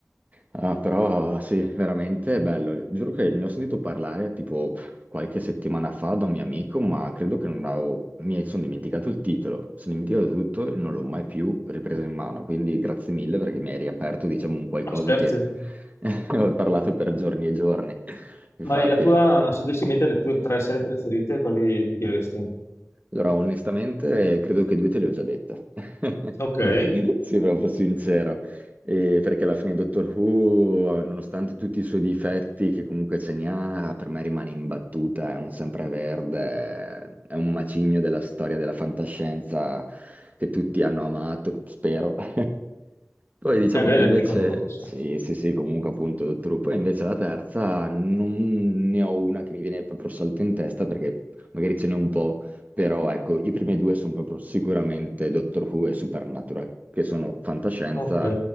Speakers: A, on the right; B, on the left.
A: Ah, però sì, veramente è bello. Giuro che ne ho sentito parlare tipo qualche settimana fa da un mio amico, ma credo che non avevo... mi sono dimenticato il titolo, sono dimenticato tutto e non l'ho mai più ripreso in mano, quindi grazie mille perché mi hai riaperto, diciamo, un qualcosa
B: Ma Scherzi.
A: che <laughs> ho parlato per giorni e giorni. Infatti,
B: Ma è la tua, se dovessi mettere le tue tre serie preferite, quali mi diresti?
A: Allora, onestamente, credo che due te le ho già dette. <laughs>
B: Ok, è
A: Sì, proprio sincero. Eh, perché alla fine Doctor Who, nonostante tutti i suoi difetti, che comunque ce ne ha, per me rimane imbattuta, è un sempreverde, è un macigno della storia della fantascienza che tutti hanno amato, spero. <laughs> Poi diciamo
B: bene,
A: che invece,
B: vi dicono tutti, sì.
A: sì, sì, sì, comunque appunto Doctor Who, poi invece la terza non ne ho una che mi viene proprio salto in testa perché magari ce n'è un po' Però ecco, i primi due sono proprio sicuramente Doctor Who e Supernatural, che sono fantascienza.
B: Ok.